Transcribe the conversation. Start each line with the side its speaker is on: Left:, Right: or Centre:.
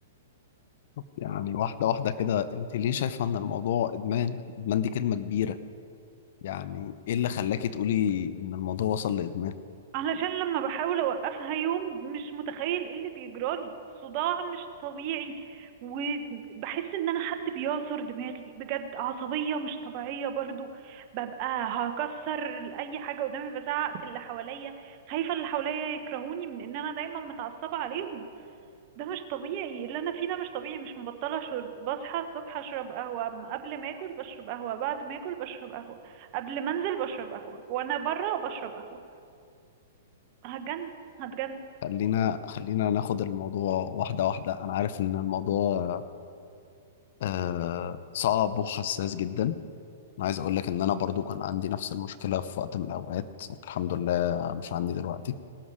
Left: يعني واحده واحده كده انت ليه شايفه ان الموضوع ادمان ادمان دي كلمه كبيره يعني ايه اللي خلاكي تقولي ان الموضوع وصل لادمان
Right: علشان لما بحاول اوقفها يوم مش متخيل ايه اللي بيجرالي صداع مش طبيعي وبحس ان انا حد بيعصر دماغي بجد عصبية مش طبيعية برضو ببقى هكسر اي حاجة قدامي بزعق في اللي حواليا خايفة اللي حواليا يكرهوني من ان انا دايما متعصبة عليهم ده مش طبيعي اللي انا فيه ده مش طبيعي مش مبطلة شرب بصحى الصبح اشرب قهوة قبل ما اكل بشرب قهوة بعد ما اكل بشرب قهوة قبل ما انزل بشرب قهوة وانا بره بشرب قهوة هتجن هتجن
Left: خلينا خلينا ناخد الموضوع واحده واحده انا عارف ان الموضوع آه صعب وحساس جدا انا عايز اقول لك ان انا برضو كان عندي نفس المشكله في وقت من الاوقات الحمد لله مش عندي دلوقتي